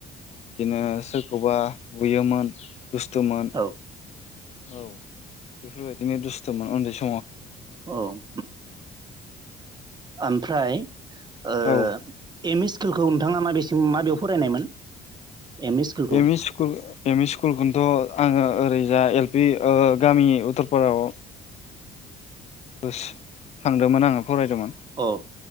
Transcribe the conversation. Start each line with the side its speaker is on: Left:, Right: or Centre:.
Left: बिदिनो सोरखौबा बुयोमोन। दुस्थ'मोन
Right: औ
Left: औ बेफोरबायदिनो दुस्थ'मोन उन्दै सम
Right: औ ओम। ओमफ्राय ओ
Left: औ
Right: एम इ स्कु स्कुलखौ नोंथाङा माबेसिम माबेयाव फरायनायमोन। एम इ स्कुलखौ
Left: M E school M E स्कुलखौनोथ' आङो ओरैजा एल पि ओ गामि उत्तपारायाव थांदोंमोन आङो फरायदोंमोन
Right: औव